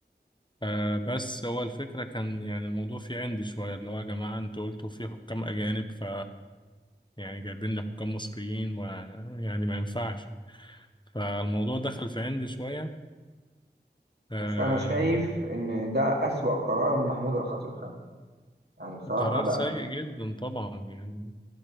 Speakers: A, on the left; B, on the right.
A: آه بس هو الفكرة كان يعني الموضوع فيه عند شوية اللي هو يا جماعة انتوا قلتوا في حكام اجانب ف يعني جايبين لي حكام مصريين ويعني ما ينفعش فالموضوع دخل في عندي شوية آه،
B: بس انا شايف ان ده أسوأ قرار محمود الخطيب خده يعني بصراحة
A: قرار
B: لا
A: سيء جدا طبعا يعني